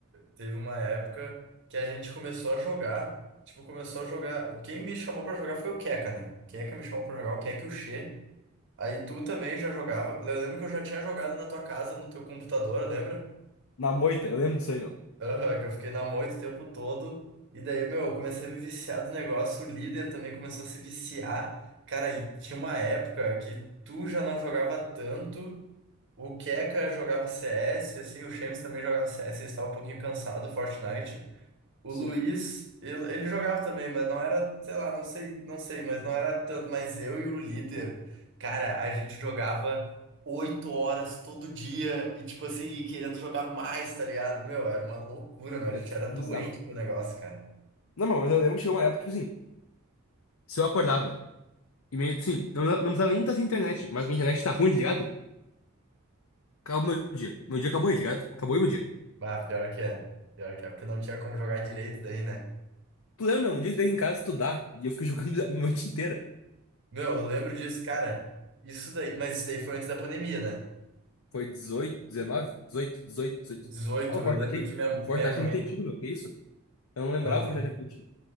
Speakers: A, on the right (about 60°); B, on the left (about 80°).
A: teve uma época que a gente começou a jogar. Tipo, começou a jogar. Quem me chamou pra jogar foi o Keka, né? O Keka me chamou pra jogar, o Keka e o Xê. Aí tu também já jogava. Eu lembro que eu já tinha jogado na tua casa, no teu computador, lembra?
B: Na moita, eu lembro disso aí, meu.
A: Aham, que eu fiquei na moita o tempo todo. E daí, meu, eu comecei a me viciar do negócio. O líder também começou a se viciar. Cara, e tinha uma época que tu já não jogava tanto. O Keka jogava CS, assim, o Shemes também jogava CS, ele estava um pouquinho cansado, do Fortnite. O
B: Sim.
A: Luiz, eu- ele jogava também, mas não era, sei lá, não sei, não sei, mas não era tanto. Mas eu e o líder, cara, a gente jogava oito horas todo dia e, tipo assim, e querendo jogar mais, tá ligado? Meu, era uma loucura, meu, a
B: É
A: gente era
B: bizarro.
A: doente do negócio, cara.
B: Não, meu, mas eu lembro que chegou uma época, tipo assim, se eu acordava. E meio, tipo assim, não, não precisava nem estar sem internet, mas minha internet tá ruim, tá ligado? Acabou meu dia. Meu dia acabou aí, tá ligado? Acabou aí meu dia.
A: Bah, pior que é, pior que é, porque não tinha como jogar direito daí, né?
B: Tu lembra, meu? Um dia tu veio aqui em casa estudar e eu fiquei <laughs> jogando a noite inteira.
A: Meu, eu lembro disso, cara, isso daí, mas isso daí foi antes da pandemia, né?
B: Foi 18, 19, 18, 18, 18.
A: dezoito
B: Ah o Fortnite,
A: eu lembro que minha,
B: o Fortnite
A: minha mãe.
B: é muito antigo, meu. Que isso? Eu não lembrava
A: Aham,
B: o Fortnite era muito antigo.